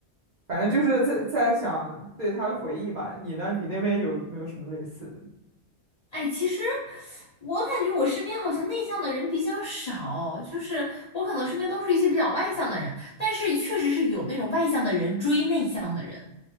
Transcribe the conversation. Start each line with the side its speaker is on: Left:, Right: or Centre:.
Right: 反正就是在在想对他的回忆吧。你呢？你那边有没有什么类似的？
Left: 哎，其实我感觉我身边好像内向的人比较少，就是我可能身边都是一些比较外向的人，但是确实是有那种外向的人追内向的人，